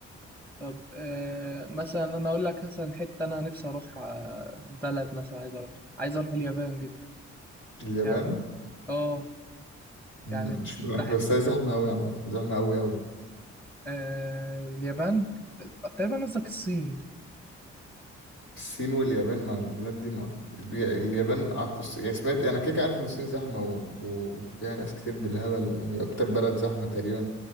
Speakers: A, in the centre; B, on the left.
A: طب آه مثلا انا اقول لك مثلا حته انا نفسي اروح آه، بلد مثلا عايز اروح عايز اروح اليابان جدا
B: اليابان
A: يعني اه
B: م-
A: يعني
B: مش
A: بح...
B: بس هي زحمة أوي عامة زحمة أوي أوي
A: آه اليابان تقريبا قصدك الصين
B: الصين واليابان مع البلاد دي مع... اليابان قعدت يعني سمعت انا كده كده عارف ان الصين زحمه و... وفيها ناس كتير بالهبل يعني اكتر بلد زحمه تقريبا